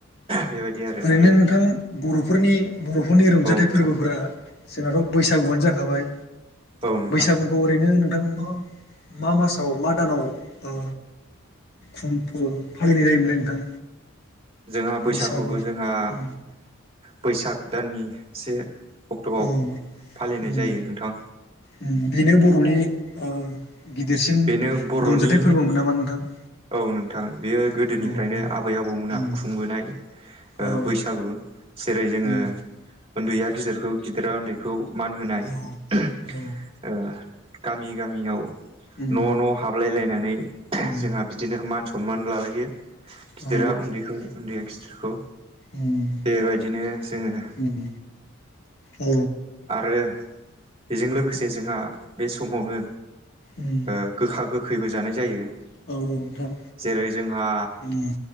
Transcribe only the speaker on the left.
ओरैनो
नोंथां बर'फोरनि बर'फोरनि रंजाथाइ
फोरबोफोरा जोंनाथ' बैसागुआनो जाखाबाय
बैसागुखौ ओरैनो नोंथां मा मा मासाव मा दानाव ओ खुंफ' फालिनाय जायोमोनलाय नोंथां?
बैसागो
उम
औ
उम
औ बेनो बर'नि ओ गिदिरसिन
रंजाथाइ फोरबोमोन नामा नोंथां?
औ औ
उम
औ
उम
औ
औ
उम
उम
औ
उम
उम औ
उम
औ औ नोंथां
उम